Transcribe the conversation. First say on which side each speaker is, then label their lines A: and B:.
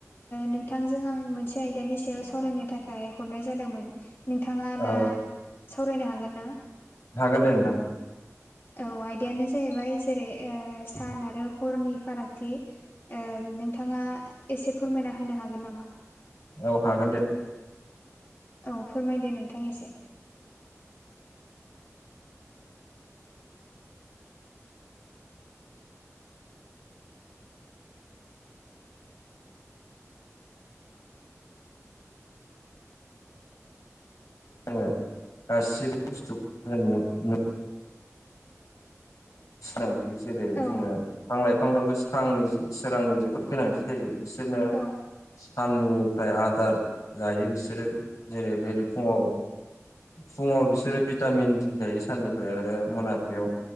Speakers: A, on the left; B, on the left.
A: नोंथांजों आं मोनसे आयदानि सायाव सावरायनो थाखाय हरनाय जादोंमोन। नोंथाङा
B: औ
A: दा सावरायनो हागोन ना?
B: हागोन दे नोंथां।
A: औ आयदायानो जाहैबाय जेरै ओ सान आरो हरनि फारागथि। ओ नोंथाङा एसे फोरमायना होनो हागोन नामा?
B: औ हागोन दे।
A: औ फोरमायदो नोंथां एसे।
B: जोङो गासिबो बुस्थुखौ <unintelligible> सिनांथि जेरै
A: औ
B: जोङो बिफां लाइफांनोबोनि सोरांनि जोबोद गोनांथि जायो बिसोरनो
A: औ
B: साननिफ्राय आदार जायो बिसोरो जेरै बेल फुङाव फुङाव बिसोरो भिटामिन दि जायो साननिफ्राय आरो मोनाबिलियाव